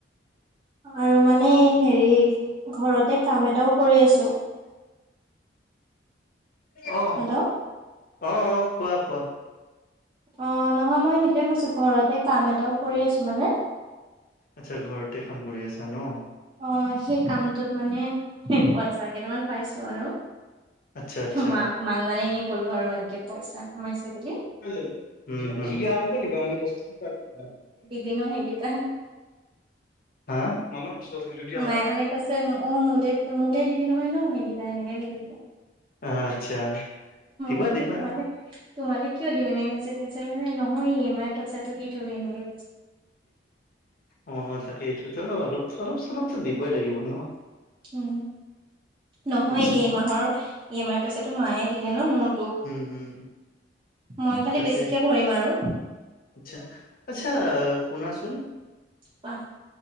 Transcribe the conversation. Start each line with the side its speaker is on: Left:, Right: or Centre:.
Right: আৰু মানে হেৰি ঘৰতে কাম এটাও কৰি আছো
Left: অ
Right: হেল্ল'
Left: অ অ কোৱা কোৱা
Right: অ নহয় মই সেইটোয়ে কৈছো ঘৰতে কাম এটাও কৰি আছো মানে
Left: আচ্ছা ঘৰতে কাম কৰি আছা ন
Right: অ সেই কামটোত মানে পইচা কেইটামান পাইছো আৰু
Left: আচ্ছা আচ্ছা
Right: মা মাং মানে এনেই ক'লো আৰু এনেকে পইচা কমাইছে বুলি
Left: া
Right: ভিিন হেকটা
Left: হা মান কছ য
Right: মায়ে মানে কৈছে অ মোলে মোলে দিবি নহয় ন সেইকেইটা এনেকে সুধিব
Left: অ আচ্ছা দিবা
Right: সুধিলো
Left: দিবা
Right: তোমালে তোমালে কিয় দিবি এনেকে গৈছে কৈছে মানে নহয় ই এম আইৰ পইচাটো দি থবি এনেকে গৈ
Left: অ তাকে এইটোতো অলপ অলপ অলপো দিবই লাগিব ন
Right: উ নহয়
Left: আচ্ছা
Right: এই মাহৰ ই এম আই পইচাটো মায়ে দিলে ন মোৰ
Left: উম হম
Right: মই খালি
Left: তাকে
Right: বেছিকে ভৰিম আৰু
Left: আচ্ছা আচ্ছা কুনা আচোন
Right: পথ